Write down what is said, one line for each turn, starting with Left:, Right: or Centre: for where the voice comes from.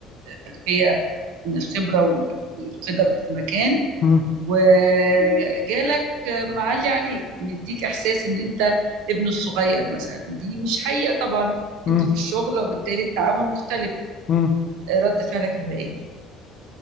Right: الخلفية من الخبرة والقدم في المكان
Left: مم،
Right: وجالك معلي عليك مديك إحساس إن أنت ابنه الصغير مثلا ودي مش حقيقة طبعا
Left: مم.
Right: أنتوا في الشغل وبالتالي التعاون مختلف
Left: مم.
Right: رد فعلك هيبقى إيه؟